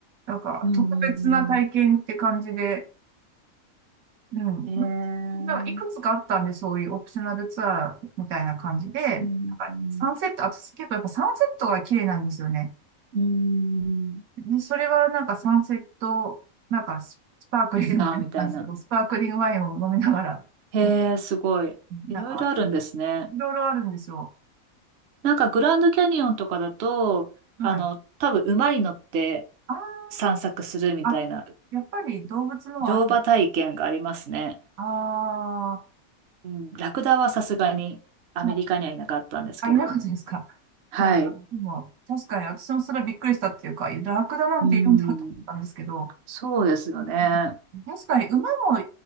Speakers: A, on the right; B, on the right.
A: なんか、
B: うんうん
A: 特別な体験って感じで、うん。
B: うん。
A: なんか、なんかいくつかあったんで、
B: えー、
A: そういうオプショナルツアーみたいな感じで、
B: うんうん
A: なんかサンセット、私結構やっぱサンセットが綺麗なんですよね。
B: うん。
A: ねそれはなんかサンセット、なんかススパークリングみたいな感じで、
B: ツアーみたいな。
A: こうスパークリングワインを飲みながら、
B: へえ、
A: に
B: すごい。いろいろあるんですね。
A: なんか、いろいろあるんですよ。
B: なんかグランドキャニオンとかだと、
A: はい。
B: あの、多分馬に乗って
A: あー
B: 散策するみたいな
A: あ、やっぱり動物のはある。
B: 乗馬体験がありますね。
A: あ
B: うん、ラクダはさすがにアメリカにはいなかったんですけど。
A: ーあ、あいなかったですか。
B: はい。
A: なんか、でも、確かに私もそれはびっくりしたっていうか、ラクダなんているんだと思ったんですけど、
B: うん、そうですよね。
A: うん確かに馬も